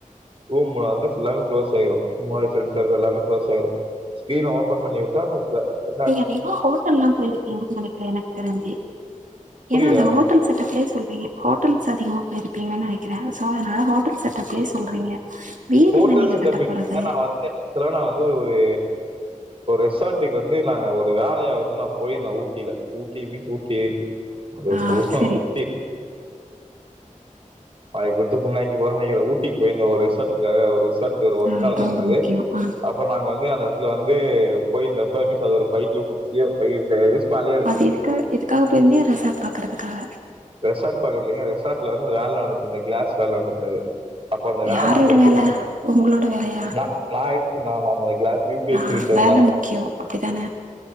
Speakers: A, on the right; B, on the right.
A: ரூம்ல வந்து எல்லாமே க்ளோஸ் ஆயிரு முன்னாடி ஃப்ரண்ட்ல இருக்க எல்லாமே க்ளோஸ் ஆயிரு ஸ்க்ரீன ஓப்பன் பண்ணி உட்டா அந்த கண்ணா
B: சிவா ஹோட்டல்லா போயிருக்கீங்கன் சொல்லிருக்கா எனக்கு தெரிஞ்சு
A: புரியல.
B: ஏனா அந்த ஹோட் டல் செட்டப்லே சொல்றீங்க ஹோட்டல்ஸ் அதிகமா போயிருப்பிங்கன் நெனைக்கிறே சோ அதனால ஹோட்டல் செட்டப்லே சொல்றீங்க <inaudible>
A: ஹோட்டல்
B: நீங்க
A: செட்டப்
B: கட்ட
A: இல்ல
B: போறது
A: நா வந்த எடத்துல நா வந்து ஒரு ஒரு ரெசார்ட்டுக்கு வந்து நா அங்க ஒரு வேலையா வந்து நா போயிருந்தே ஊட்டில ஊட்டி மீன்ஸ் ஊட்டி அத
B: ஆ
A: சொல்றே
B: சரி
A: ஊட்டி வாய் குடுத்து புண்ணாக்கிப்பே நெனைக்கிறே ஊட்டி போயிருந்தே ஒரு ரெசார்டுக்காக ஒரு ரெசார்ட்ல ஒரு ஒர்க்
B: ஆ
A: நடந்துட்ருந்துது
B: ரொம்ப முக்கியோ ஆ
A: அப்ப நாங்க வந்து அந்த இதுல வந்து போயிருந்தப்ப மீன்ஸ் அது ஒரு five two six year five years மேலயே இருக்கும்
B: அது எதுக்கு எதுக்காக போயிருந்தே ரெசார்ட் பாக்குறதுக்காக
A: ரெசார்ட் பாக்க இல்லைங்க ரெசார்ட்ல வந்து அந்த வேல நடந்துட்டு இருந்தது கிளாஸ் வேலை நடந்துட்ந்துது அப்ப அந்த வேல
B: யாரோட
A: நாங்க எடுத்
B: வேல
A: இருந்தோ
B: உங்களோட வேலையா
A: ந நா எத்து இருந்தே ஆமா ஆமா அந்த கிளாஸ் யூபிஎஸ்சி
B: ஆ
A: விண்டோ
B: வேல
A: கிளாஸ்
B: முக்கியோ அப்டிதான